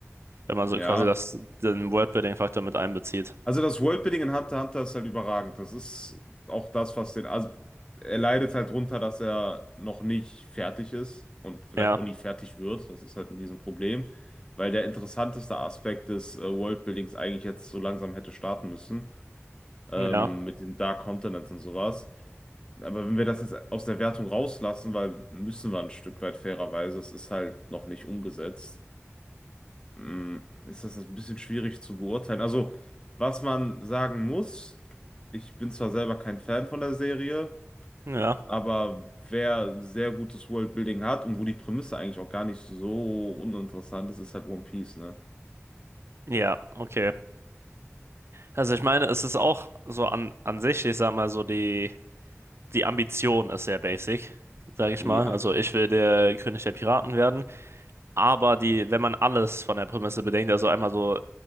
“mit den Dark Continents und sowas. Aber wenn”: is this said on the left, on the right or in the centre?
Left